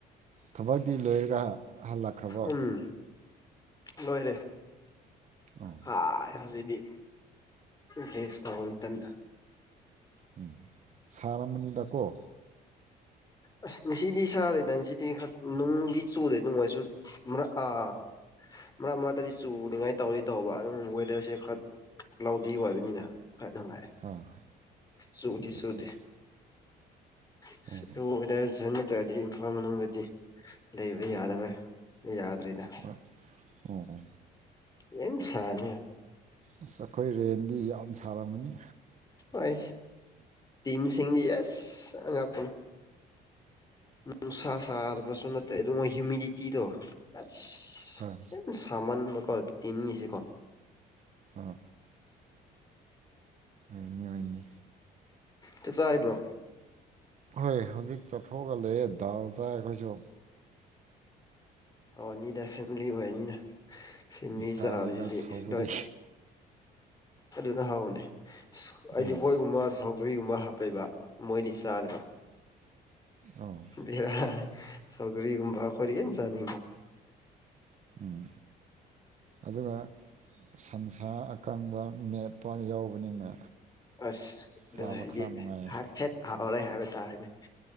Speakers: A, on the right; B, on the left.
A: ꯊꯕꯛꯇꯗꯤ ꯂꯣꯏꯔꯒ ꯍꯜꯂꯛꯈ꯭ꯔꯕꯣ
B: ꯎꯝ ꯂꯣꯏꯔꯦ
A: ꯑꯣ
B: ꯍ ꯍꯧꯖꯤꯗꯤ ꯔꯦꯁ ꯇꯥꯎ ꯃꯇꯝꯗ
A: ꯎꯝ ꯁꯥꯔꯝꯃꯅꯤꯗꯀꯣ
B: ꯑꯁ ꯉꯁꯤꯗꯤ ꯁꯥꯗꯦꯗ ꯉꯁꯤꯗꯤ ꯈꯔ ꯅꯨꯡꯗꯤ ꯆꯨꯗꯦ ꯅꯨꯡꯉꯥꯏ ꯆꯨ ꯃꯔꯥ ꯑꯥ ꯃꯔꯛ ꯃꯔꯛꯇꯗꯤ ꯆꯨꯅꯤꯡꯉꯥꯏ ꯇꯧꯅꯤ ꯇꯧꯕ ꯑꯗꯨ ꯋꯦꯗꯔꯁꯦ ꯈꯔ ꯀ꯭ꯂꯥꯎꯗꯤ ꯑꯣꯏꯕꯅꯤꯅ ꯈꯔ ꯅꯨꯡꯉꯥꯏꯦ
A: ꯑꯥ
B: ꯆꯨꯗꯤ
A: ꯑꯠꯆꯥ
B: ꯆꯨꯗꯦ
A: ꯑꯠꯆꯥ
B: ꯑꯁ
A: ꯑꯣ
B: ꯋꯦꯗꯔ ꯅꯠꯇ꯭ꯔꯔꯗꯤ ꯏꯝꯐꯥꯜ ꯃꯅꯨꯡꯗꯗꯤ ꯂꯩꯕ ꯌꯥꯗꯕ ꯌꯥꯗ꯭ꯔꯔꯤꯗ
A: ꯑꯥ ꯑꯣ
B: ꯌꯦꯟꯁꯅꯤ
A: ꯑꯁ ꯑꯩꯈꯣꯏ ꯔꯦꯟꯗꯤ ꯌꯥꯝ ꯁꯥꯔꯝꯃꯅꯤ
B: ꯍꯣꯏ ꯇꯤꯝꯁꯤꯡꯗꯤ ꯌꯦꯁ ꯑꯉꯛꯄꯅꯤ ꯅꯨꯡꯁꯥ ꯁꯥꯔꯕꯁꯨ ꯅꯠꯇꯦ ꯑꯗꯨꯒ ꯍꯤꯨꯃꯤꯗꯤꯇꯤꯗꯣ ꯑꯁ
A: ꯍꯣꯏ
B: ꯁꯃꯥꯟꯕ ꯀꯅꯤꯅꯤꯁꯤ ꯀꯣ
A: ꯑꯥ ꯑꯣꯏꯅꯤ ꯑꯣꯏꯅꯤ
B: ꯆꯥꯛ ꯆꯥꯔꯤꯕ꯭ꯔꯣ
A: ꯍꯣꯏ ꯍꯧꯖꯤꯛ ꯆꯠꯊꯣꯛꯑꯒ ꯂꯩꯌꯦ ꯗꯥꯜ ꯆꯥꯏ ꯑꯩꯈꯣꯏꯁꯨ
B: ꯑꯣꯅꯤꯗ ꯐꯦꯃꯤꯂꯤ ꯑꯣꯏꯌꯦꯅꯤꯅ ꯐꯦꯃꯤꯂꯤ
A: ꯗꯥꯜꯒ
B: ꯆꯥꯕꯗꯤ
A: ꯁꯧꯒꯔꯤ
B: ꯅꯣꯏ ꯑꯗꯨꯅ ꯍꯥꯎꯅꯤ ꯑꯩꯗꯤ
A: ꯑꯥ
B: ꯍꯣꯏꯒꯨꯝꯕ ꯁꯧꯒꯔꯤꯒꯨꯝꯕ ꯍꯥꯞꯄꯕ ꯃꯣꯏꯗꯤ ꯆꯥꯗꯕ
A: ꯑꯣ
B: ꯍꯦꯔꯥ ꯁꯧꯒꯔꯤꯒꯨꯨꯝꯕ ꯈꯣꯏꯗꯤ ꯌꯥꯝ ꯆꯅꯤꯡꯕ
A: ꯎꯝ ꯑꯗꯨꯒ ꯁꯟꯁꯥ ꯀꯪꯕ ꯃꯦꯠꯄ ꯌꯥꯎꯕꯅꯤꯅ
B: ꯑꯁ ꯑꯗꯨ
A: ꯆꯥꯕ
B: ꯍꯥꯏꯗꯤ
A: ꯈꯔ ꯅꯨꯡꯉꯥꯏꯌꯦ
B: ꯍꯥꯏꯐꯦꯠ ꯍꯥꯎꯔꯦ ꯍꯥꯏꯕ ꯇꯥꯔꯦꯅꯦ